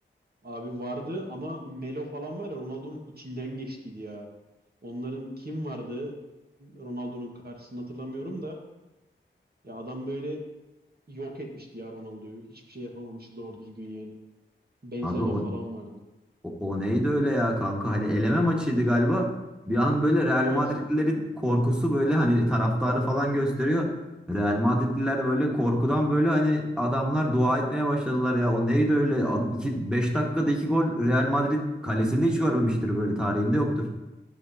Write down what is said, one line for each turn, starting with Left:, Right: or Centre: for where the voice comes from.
Right: Abi vardı ama Melo falan var ya Ronaldo'nun içinden geçtiydi ya. Onların kim vardı? Ronaldo'nun karşısını hatırlamıyorum da. Ya adam böyle yok etmişti ya Ronaldo'yu. Hiçbir şey yapamamıştı doğru düzgün yani. Benzema
Centre: Aga o,
Right: falan vardı.
Centre: O, o neydi öyle ya kanka? Hani eleme maçıydı galiba. Bir an böyle Real
Right: Evet.
Centre: Madridlilerin korkusu böyle hani taraftarı falan gösteriyor. Real Madridliler böyle korkudan böyle hani adamlar dua etmeye başladılar ya. O neydi öyle? 5 dakikada 2 gol Real Madrid kalesinde hiç görmemiştir böyle tarihinde yoktur.